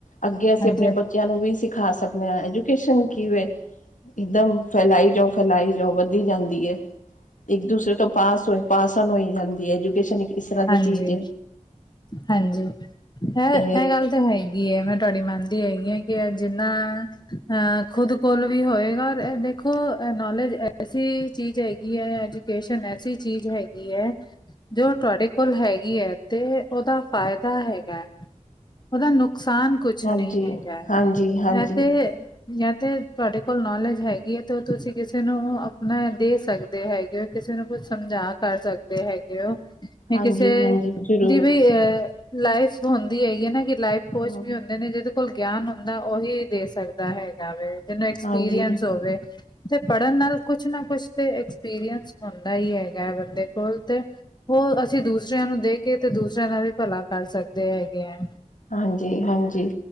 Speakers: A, on the left (about 85°); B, on the left (about 35°).
A: ਅੱਗੇ ਅਸੀਂ
B: ਹਾਂਜੀ
A: ਆਪਣੇ ਬੱਚਿਆਂ ਨੂੰ ਵੀ ਸਿਖਾ ਸਕਦੇ ਹਾਂ ਐਜੂਕੇਸ਼ਨ ਕੀ ਵੇ ਇਦਾ ਫੈਲਾਈ ਜਾਓ ਫੈਲਾਈ ਜਾਓ ਵੱਧਦੀ ਜਾਂਦੀ ਹੈ ਇੱਕ ਦੂਸਰੇ ਤੋਂ ਪਾਸ ਹੋਏ ਪਾਸ ਆ ਹੋ ਜਾਂਦੀ ਹੈ ਐਜੂਕੇਸ਼ਨ ਤਰ੍ਹਾਂ ਦੀ
B: ਹਾਂਜੀ-
A: ਚੀਜ਼ ਹੈ।
B: ਹਾਂਜੀ- ਹੈ
A: ਤੇ
B: ਇਹ ਗੱਲ ਤਾਂ ਹੈ ਹੀ ਹੈਗੀ ਹੈ ਮੈਂ ਤੁਹਾਡੀ ਮੰਨਦੀ ਹੈਗੀ ਹਾਂ ਕਿ ਜਿੰਨਾ- ਅਹ ਖੁਦ ਕੋਲ ਵੀ ਹੋਏਗਾ ਔਰ ਦੇਖੋ ਨੌਲੇਜ ਐਸੀ ਚੀਜ਼ ਹੈਗੀ ਹੈ ਅਜ- ਐਸੀ ਚੀਜ਼ ਹੈਗੀ ਹੈ ਜੋ ਤੁਹਾਡੇ- ਹੋਰ ਹੈਗੀ ਹੈ ਤੇ ਉਹਦਾ ਫਾਇਦਾ ਹੈਗਾ ਹੈ ਉਹਦਾ ਨੁਕਸਾਨ ਕੁਛ
A: ਹਾਂਜੀ
B: ਨਹੀਂ ਹੈਗਾ
A: ਹਾਂਜੀ ਹਾਂਜੀ
B: ਹੈ ਤੇ ਜਾਂ ਤੇ ਤੁਹਾਡੇ ਕੋਲ ਨੌਲੇਜ ਹੈਗੀ ਹੈ ਤੇ ਤੁਸੀਂ ਕਿਸੇ ਨੂੰ ਆਪਣਾ ਦੇ ਸਕਦੇ ਹੈਗੇ ਹੋ ਕਿਸੇ ਨੂੰ ਕੁਛ ਸਮਝਾ ਕਰ ਸਕਦੇ ਹੈਗੇ ਹੋ- ਜਾਂ
A: ਹਾਂਜੀ
B: ਕਿਸੇ
A: ਹਾਂਜੀ ਜ਼ਰੂਰ
B: ਦੀ ਵੇ ਲਾਈਫ ਹੁੰਦੀ ਹੈਗੀ ਹੈ ਨਾ ਕਿ ਲਾਈਫ ਕੋਚ
A: ਹਾਂ
B: ਵੀ ਹੁੰਦੇ ਨੇ ਜਦੋਂ- ਕੋਲ ਗਿਆਨ ਹੁੰਦਾ ਉਹੀ ਦੇ ਸਕਦਾ ਹੈਗਾ ਵ ਜਿਹਨੂੰ ਐਕਸਪੀਰੀਅੰਸ
A: ਹਾਂਜੀ
B: ਹੋਵੇ। ਤੇ ਪੜ੍ਹਨ ਨਾਲ ਕੁਛ ਨਾ ਕੁਛ ਤੇ ਐਕਸਪੀਰੀਅੰਸ ਹੁੰਦਾ ਹੀ ਹੈਗਾ ਹੈ ਬੰਦੇ ਕੋਲ ਤੇ, ਉਹ ਅਸੀਂ ਦੂਸਰਿਆਂ ਨੂੰ ਦੇ ਕੇ ਤੇ ਦੂਸਰਿਆਂ ਨਾਲ ਵੀ ਭਲਾ ਕਰ ਸਕਦੇ ਹੈਗੇ ਹੈ
A: ਹਾਂਜੀ- ਹਾਂਜੀ।